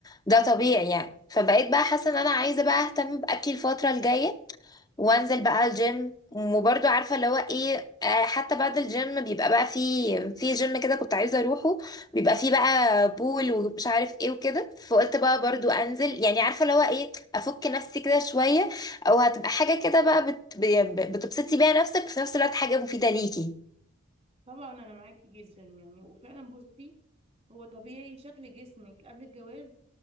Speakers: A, on the left; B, on the right.
A: ده طبيعي يعني فبقيت بقى حاسه ان انا عايزه بقى اهتم باكلي الفتره الجايه وانزل بقى الجيم وبرضه عارفه اللي هو ايه آه، حتى بعد الجيم بيبقى بقى في في جيم كده كنت عايزه اروحه بيبقى فيه بقى بول ومش عارف ايه وكده فقلت بقى برضه انزل يعني عارفه اللي هو ايه افك نفسي كده شويه او هتبقى حاجه كده بقى بت... ب- ب- بتبسطي بيها نفسك وفي نفس الوقت حاجه مفيده ليكي
B: طبعا أنا معاكي جدا يعني وفعلا بصي هو طبيعي شكل جسمك قبل الجواز